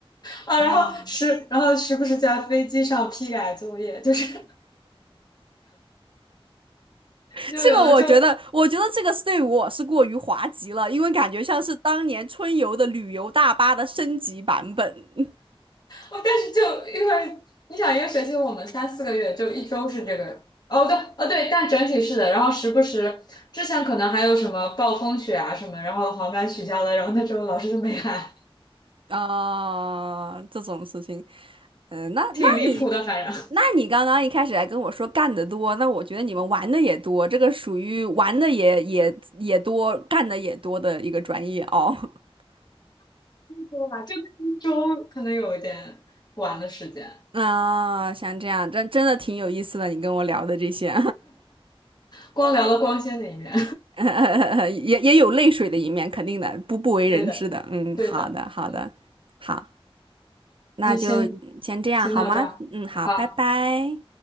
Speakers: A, on the left; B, on the right.
A: 啊，
B: 啊，
A: 然后时然后时不时在飞机上批改作业，就是 <laughs>
B: <laughs>
A: 就有的就。
B: 这个我觉得，我觉得这个是对我是过于滑稽了，因为感觉像是当年春游的旅游大巴的升级版本。
A: 哦，但是就因为你想一个学期我们三四个月，就一周是这个。哦，对，哦对，但整体是的。然后时不时之前可能还有什么暴风雪啊什么，然后航班取消了，然后那周老师就没来，
B: 啊，这种事情，嗯、那那你，
A: 挺离谱的。反正 <laughs>
B: 那你刚刚一开始还跟我说干得多，那我觉得你们玩的也多，这个属于玩的也也也多，干的也多的一个专业哦。<laughs>
A: 对吧？<laughs> 就周可能有一点晚的时间，
B: 啊，像这样，真真的挺有意思的，你跟我聊的这些，
A: 光聊了光鲜的一面。
B: <laughs> 也也有泪水的一面，肯定的，不不为人知的。
A: <laughs> 对的，
B: 嗯，
A: 对的，
B: 好的，好的，
A: 嗯，
B: 好，那就先这样好吗？
A: 那先先到这儿，
B: 嗯，好，
A: 好。
B: 拜拜。